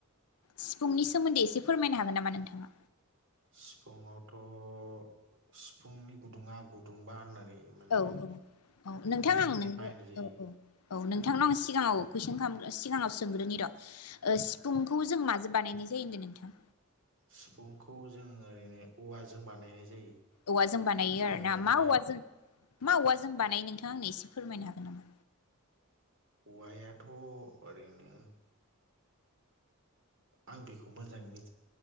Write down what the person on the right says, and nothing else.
सिफुुंआवथ' सिफुंनि गुदुङा गुदुंबा होननानै माने
मेनलि
बाहायनाय जायो
सिफुंखौ जों ओरैनो औवाजों बानायनाय जायो।
बेयाव
माने
औवायाथ' ओरैनो आं बेखौ मोजाङै मि